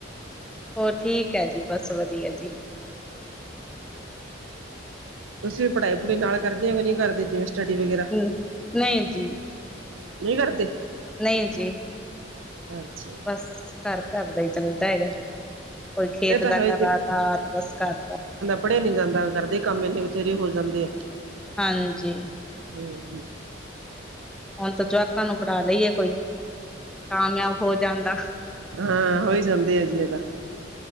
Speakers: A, in the centre; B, on the right (about 85°).
A: ਹੋਰ ਠੀਕ ਹੈ ਜੀ ਬਸ ਵਧੀਆ ਜੀ।
B: ਤੂਸੀ ਵੀ ਪਢਾਈ, ਭੂੜੂਈ ਨਾਲ਼ ਕਰਦੇ ਓ ਨੀ ਕਰਦੇ ਜਿਵੇਂ ਸਟੱਡੀ ਵਗੈਰਾ,
A: ਹਮ ਨਹੀਂ ਜੀ
B: ਨਹੀ ਕਰਦੇ।
A: ਨਹੀਂ ਜੀ।
B: ਅੱਛ।
A: ਬਸ- ਘਰ, ਘਰ ਦਾ ਈ ਚੱਲਦੈ ਹੇਗੈ। ਕੋਈ ਖੇਤ
B: ਇਹ ਤਾਂ
A: ਦਾ
B: ਹੈ
A: ਕਰਾਤਾ- ਬਸ ਕਰਤਾ।
B: ਪੜੇਆ ਨੀ ਜਾਂਦਾ ਘਾਰਦੇ ਕੰਮ ਏਨੇ ਬਥੇਰੇ ਹੋ ਜਾਂਦੇ ਆ।
A: ਹਾਂਜੀ।
B: <unintelligible>
A: ਹੋਨ ਤਾਂ ਜਵਾਕਾਂ ਨੂੰ ਪੜਾ ਲਈਏ ਕੋਈ
B: <inaudible>
A: ਕਾਮਯਾਬ ਹੋ ਜਾਂਦਾ
B: ਹਾਂ, ਹੋਈ ਜਾਂਦੀ ਏ ਜੀ ਏ ਤਾਂ।